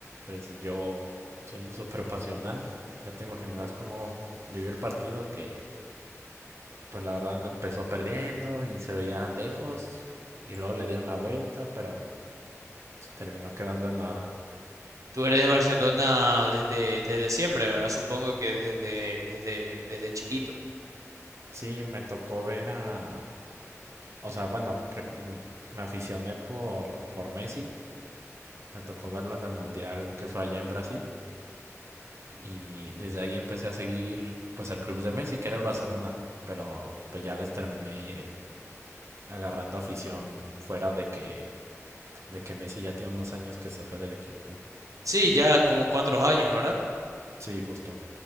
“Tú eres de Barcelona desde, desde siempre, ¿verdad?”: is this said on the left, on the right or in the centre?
Right